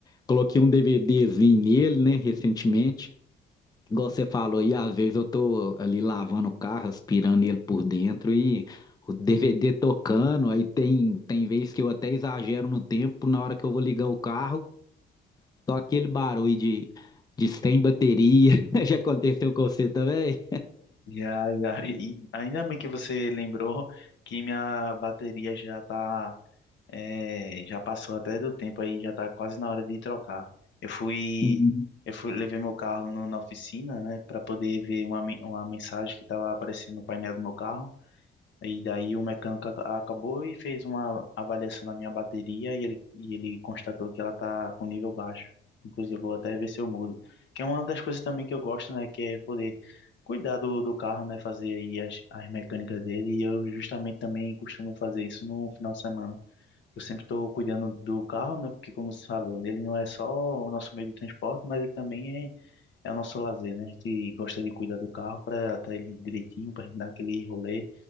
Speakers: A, on the left (about 20°); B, on the left (about 65°).
A: Coloquei um DVDzinho nele, né, recentemente. Igual você falou aí, às vezes eu tô ali lavando o carro, aspirando ele por dentro e o DVD tocando. Aí tem, tem vezes que eu até exagero no tempo, na hora que eu vou ligar o carro, só aquele barulho de, de sem bateria. <laughs> Já aconteceu com você também?
B: Já, já, e <laughs> e ainda bem que você lembrou que minha bateria já tá, é, já passou até do tempo aí, já tá quase na hora de trocar. Eu fui,
A: Uhum.
B: eu fui, levei meu carro no, na oficina, né, para poder ver uma, men- uma mensagem que tava aparecendo no painel do meu carro. E daí o mecânico ac- acabou e fez uma avaliação na minha bateria e ele, e ele constatou que ela tá com nível baixo. Inclusive, eu vou até ver se eu mudo. Que é uma das coisas também que eu gosto, né? Que é poder cuidar do, do carro, né? Fazer aí as, as mecânicas dele. E eu justamente também costumo fazer isso no final de semana. Eu sempre estou cuidando do carro, né? Porque como você falou, ele não é só o nosso meio de transporte, mas ele também é é o nosso lazer, né? A gente gosta de cuidar do carro para estar ele direitinho, para gente dar aquele rolê.